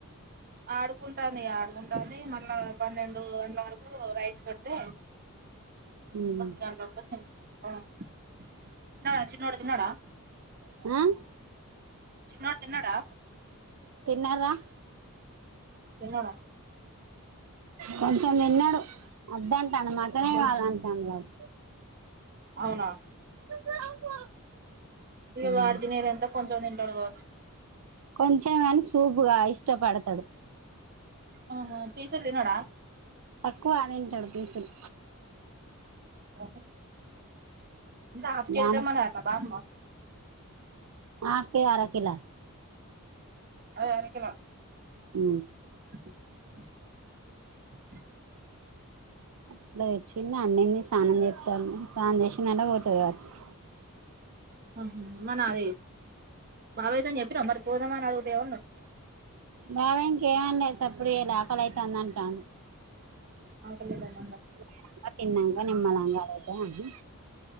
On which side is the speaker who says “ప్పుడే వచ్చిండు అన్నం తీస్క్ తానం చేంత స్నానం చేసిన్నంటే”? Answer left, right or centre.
Right